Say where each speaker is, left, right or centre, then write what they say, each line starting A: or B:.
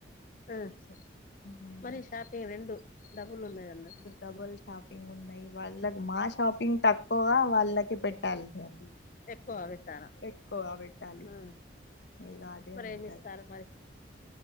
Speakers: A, on the left; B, on the left.
A: ఆ చెప్
B: ఉమ్.
A: మరి షాపింగ్ రెండు డబుల్ ఉన్నది అన్నట్టు చెప్
B: డబల్ షాపింగ్ ఉన్నయి, వాళ్ళకి మా షాపింగ్ తక్కువగా వాళ్ళకి పెట్టాల్సినయి అండి
A: ఎక్కువ పెట్టాలా
B: ఎక్కువగా పెట్టాలి
A: ఆ
B: ఇగ అదే
A: మరి
B: ఉంటది.
A: ఏమి ఇస్తారు మరి